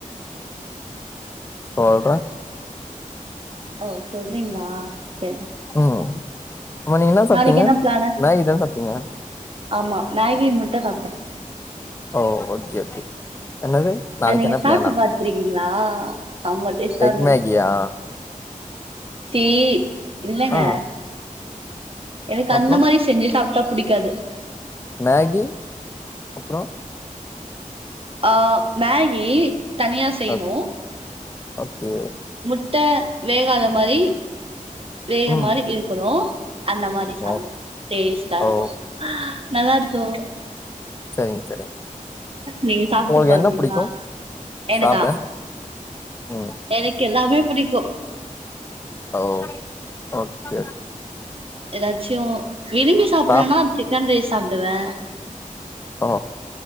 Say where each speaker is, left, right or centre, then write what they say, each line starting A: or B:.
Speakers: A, on the left (about 20°); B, on the right (about 40°).
A: சொல்றே
B: ஓ சொல்றீங்களா சே
A: ஒ அப்ப நீங்க என்ன சாப்டீங்க
B: நாளைக்கு பிளானு
A: மேகிதா சாப் டிய
B: ஆமா மேகி முட்ட சாப்ட்டே
A: ஓ <inaudible> நாளைக்கு
B: அ நீங்க
A: என்ன
B: சாப்பிட்டு
A: பிளானா
B: பாத்துருக்கீங்களா செம்ம டேஸ்டா
A: எக்
B: இருக்கு
A: மேகியா
B: சீ இல்லங்க
A: ஆ
B: எனக்கு அந்த
A: அப்றோ
B: மாரி செஞ்சி சாப் டா புடிக்காது
A: மேகி அப்றோ
B: அ மேகி தனியா செய்யணு
A: ஓ <unintelligible>
B: முட்ட வேகாத மாரி வேக
A: ம்
B: மாரி இருக்கணு அந்த மாரி சா
A: ஓ
B: டேஸ்ட்டா
A: ஓ
B: இருக்கு ஆ நல்லாருக்கு
A: சரிங்க <unintelligible>
B: நீ சாப்ட்டு
A: உங்களுக்கு
B: பாக்குறீங்களா
A: என்ன புடிக்கு
B: எனக்கா
A: சாப்ட ம்
B: எனக்கு எல்லாமே புடிக்கு
A: ஓ ஓகே ஓகே
B: ஏதாச்சு விரும்பி சாப்ரேனா
A: சாப்
B: சிக்கன் ரைஸ் சாப்டுவே
A: ஓ